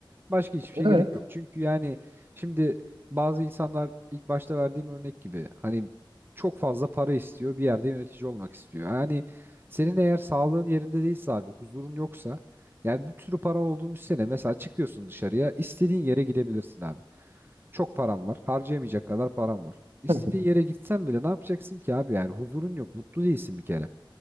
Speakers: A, on the right; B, on the right.
A: Başka hiçbir
B: Evet.
A: şey gerek yok. Çünkü yani şimdi bazı insanlar ilk başta verdiğim örnek gibi hani çok fazla para istiyor, bir yerde yönetici olmak istiyor. Yani senin eğer sağlığın yerinde değilse abi, huzurun yoksa yani bir sürü paran olduğunu düşünsene. Mesela çıkıyorsun dışarıya, istediğin yere gidebilirsin abi. Çok param var, harcayamayacak kadar param var. İstediğin
B: Hı hı.
A: yere gitsen bile ne yapacaksın ki abi yani huzurun yok, mutlu değilsin bir kere.